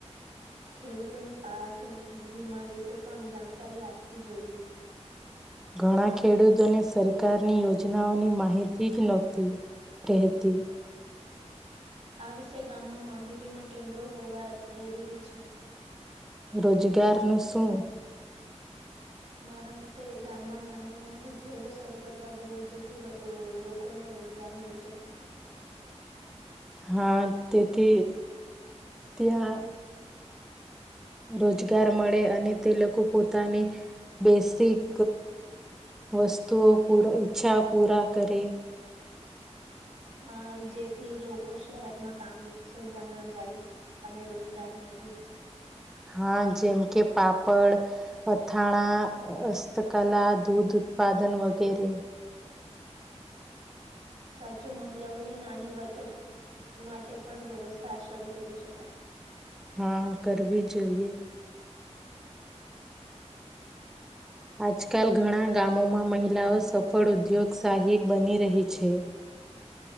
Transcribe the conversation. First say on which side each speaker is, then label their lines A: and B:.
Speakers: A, on the right; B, in the centre.
A: ખેડૂતોને પાક વીમા વિશે પણ જાણકારી આપવી જોઈએ.
B: ઘણા ખેડૂતોને સરકારની યોજનાઓની માહિતી જ નહોતી રહેતી.
A: આ વિશે ગામમાં માહિતીના કેન્દ્રો હોવા જરૂરી છે.
B: રોજગારનું શું?
A: મારા મતે ગામમાં નાના નાના ઉદ્યોગો શરૂ કરવા જોઈએ જેથી લોકોને રોજગાર મળી શકે.
B: હા તેથી ત્યાં રોજગાર મળે અને તે લોકો પોતાની, બેસિક વસ્તુઓ પ ઈચ્છા પૂરા કરે.
A: હા જેથી લોકો શહેરમાં કામ શોધવા ન જાય અને રોજગાર મળરી રહે.
B: હા જેમ કે પાપડ, અથાણા, હસ્તકલા, દૂધ ઉત્પાદન વગેરે.
A: સાચું મહિલાઓની નાની બચત માટે પણ વ્યવસ્થા શરૂ કરી શકાય.
B: હા કરવી જોઈએ. આજકાલ ઘણા ગામોમાં મહિલાઓ સફળ ઉદ્યોગશહીક બની રહી છે.